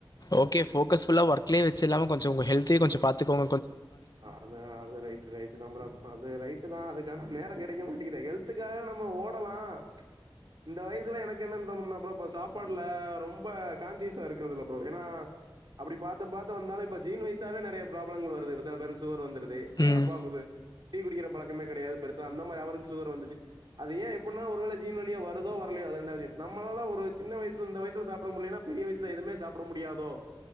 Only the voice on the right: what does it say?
அது அது ரைட்டு ரைட்டுதா ப்ரோ இப்ப அது ரைட்டுதான் அதுக்கான நேரம் கெடைக்க மாட்டிக்குதே ஹெல்த்துக்காக நம்ம ஓடலாம் இந்த வயசுல எனக்கு என்னன்னு தோணும்னா ப்ரோ இப்ப சாப்பாட்ல ரொம்ப கான்சியஸா இருக்றதில்ல ப்ரோ ஏனா அப்டி பாத்து பாத்து வந்தாலு இப்ப ஜீன் வயசாவே நெறைய ப்ராப்ளங்கள் வருது இதோ பாருங்க சுகறு வந்துருது எங்க
அப்பாவுக் சொ டீ குடிக்குற பழக்கமே கெடையது பெருசா அந்த மாரி அவருக்கு சுகர் வந்துச்சு அது ஏன் எப்பிட்னா ஒரு வேல ஜீன் வழியா வருதோ வர்லையோ ரெண்டாவது நம்மளால ஒரு சின்ன வய்ஸ்ல இந்த வய்ஸ்ல சாப்பிட முடியலனா பெரிய வய்ஸ்ல எதுமே சாப்ட முடியாதோ